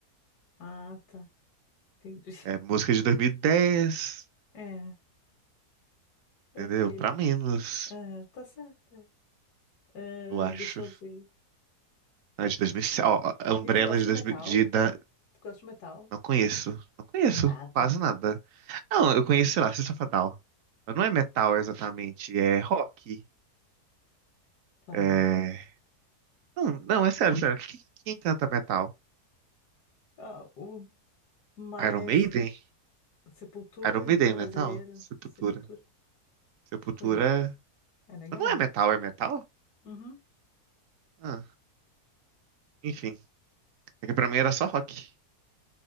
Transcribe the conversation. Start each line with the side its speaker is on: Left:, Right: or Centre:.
Left: Ah, tá. Entendi. <laughs>
Right: É música de 2010,
Left: É, ok.
Right: entendeu? Pra menos,
Left: Ah, tá certo. é.
Right: eu acho.
Left: Ah, deixa eu ver.
Right: Não, É de 2007. Ó, ó, Umbrella
Left: E tu gosta
Right: é de
Left: de
Right: 2000,
Left: metal?
Right: de- da-
Left: Tu gosta de metal?
Right: não conheço. Não conheço
Left: Nada.
Right: quase nada. Não, eu conheço, sei lá, System of a Down. Mas não é metal exatamente, é rock.
Left: Tá.
Right: É... Não, não, é sério, sério. Quem, quem canta metal?
Left: Ah, o mais
Right: Iron Maiden?
Left: Sepultura
Right: Iron Maiden
Left: brasileiro,
Right: é metal? Sepultura.
Left: Sepultura,
Right: Sepultura.
Left: tu conhece?
Right: é-
Left: É legal,
Right: Mas não
Left: né?
Right: é metal, é metal?
Left: Uhum.
Right: Ah, enfim. É que pra mim era só rock.